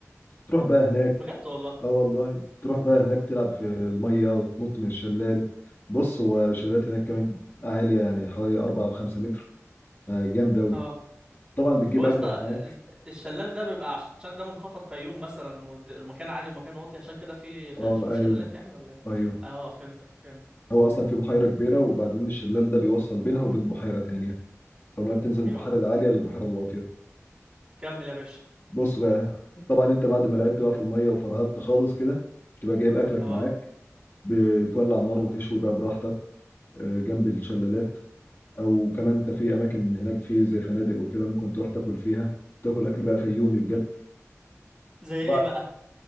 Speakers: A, on the left (about 50°); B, on the right (about 15°).
A: تروح بقى هناك
B: بجد والله
A: اه والله تروح بقى هناك تلعب في الميه وتنط من الشلال بص هو شلالات هناك كمان عاليه يعني حوالي 4 او 5 متر فجامد اوي
B: اه
A: طبعا بتجيب
B: هو يا
A: اكلك
B: اسطى
A: معاك
B: الز- الشلال ده بيبقى عشان ده منخفض فيوم مثلا والد- والمكان عالي ومكان واطي عشان كده في في
A: اه
B: في شلالات
A: ايوه
B: يعني ولا ايه
A: ايوه
B: اه فهمتك فهمتك
A: هو اصلا في بحيره كبيره وبعدين الشلال ده بيوصل بينها وبين بحيره تانيه فالميه بتنزل
B: ايوه
A: من البحيره العاليه للبحيره الواطيه
B: كمل يا باشا
A: بص بقى طبعا انت بعد ما لعبت بقى في الميه وفرهدت خالص كده بتبقى جايب اكلك
B: اه
A: معاك بتولع النار وتشوي بقى براحتك آه، جنب الشلالات او كمان انت في اماكن هناك في زي فنادق وكده ممكن تروح تاكل فيها تاكل اكل بقى فيومي بجد
B: زي ايه
A: بقى-
B: بقى